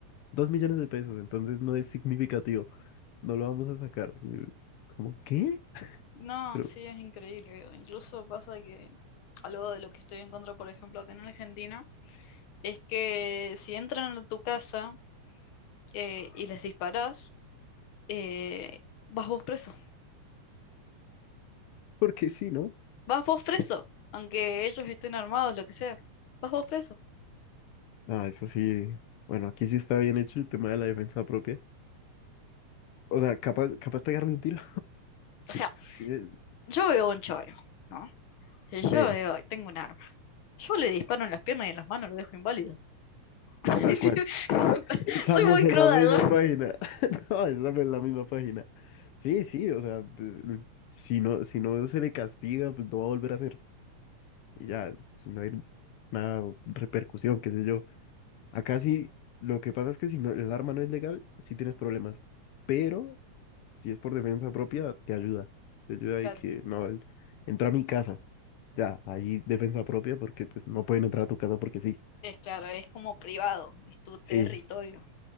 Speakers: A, on the left; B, on the left.
A: dos millones de pesos, entonces no es significativo. No lo vamos a sacar. ¿Cómo qué?
B: No,
A: Pero,
B: sí, es increíble. Incluso pasa que algo de lo que estoy en contra, por ejemplo, acá en Argentina. es que si entran a tu casa eh, y les disparás, eh, vas vos preso.
A: porque sí, ¿no?
B: Vas vos preso, aunque ellos estén armados, lo que sea. Vas vos preso.
A: Ah, eso sí. Bueno, aquí sí está bien hecho el tema de la defensa propia. O sea, capaz, capaz pegarle un tiro.
B: O sea,
A: <laughs> Es-
B: yo veo un choro, ¿no? Y yo
A: Sí.
B: veo, tengo un arma. Yo le disparo en las piernas y en las manos, lo dejo inválido. <laughs>
A: Tal cual, tal cual. Estamos
B: Soy muy
A: en
B: cruda,
A: la misma
B: yo.
A: página. <laughs> No, estamos en la misma página. Sí, sí, o sea, pues, si no, si no se le castiga, pues no va a volver a hacer. Y ya, si no hay una repercusión, qué sé yo. Acá sí, lo que pasa es que si no, el arma no es legal, sí tienes problemas. Pero si es por defensa propia, te ayuda. Te ayuda
B: Claro,
A: y que no, él entró a mi casa. Ya, ahí defensa propia porque pues no pueden entrar a tu casa porque sí.
B: es claro, es como privado, es tu territorio.
A: Sí,